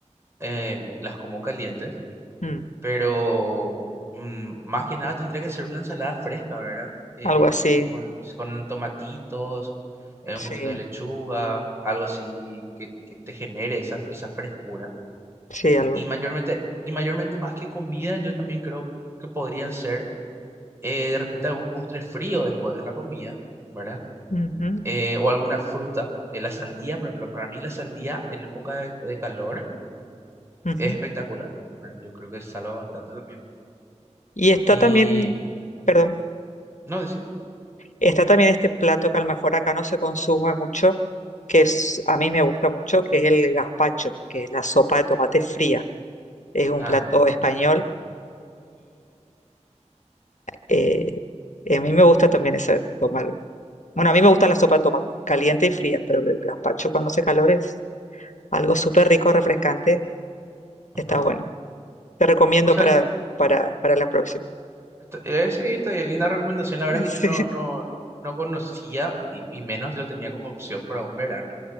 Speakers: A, on the right; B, on the left.
A: eh, la- las como calientes,
B: Mm,
A: pero mm, más que nada tendría que ser una ensalada fresca, ¿verdad? Eh,
B: algo así,
A: tipo con, con tomatitos, eh,
B: sí,
A: un poquito de lechuga, algo así que, que te genere esa, esa frescura.
B: sí, algo.
A: Y mayormente, y mayormente más que comida, yo también creo que podrían ser eh, de repente algún postre frío después de la comida, ¿verdad?
B: Ujú,
A: eh, o alguna fruta. Eh, la sandía, por ejemplo, para mí la sandía en época de, de calor
B: ujú.
A: es espectacular. Bueno, yo creo que salva bastante también.
B: Y está
A: Y
B: también, perdón,
A: no, decime.
B: está también este plato que a lo mejor acá no se consume mucho, que es, a mí me gusta mucho, que es el gazpacho, que es la sopa de tomate fría. Es un
A: Ajá,
B: plato español Eh, y a mí me gusta también esa tomar. Bueno, a mí me gusta la sopa de tomate, caliente y fría, pero el gazpacho cuando hace calor es algo súper rico, refrescante.
A: ajá.
B: Está bueno. Te recomiendo
A: No, o sea,
B: para,
A: que
B: para, para la próxima. <laughs>
A: esto- eh, sí, está bien, linda recomendación. La verdad que
B: Sí,
A: yo no, no, no conocía y, y menos lo tenía como opción para un verano.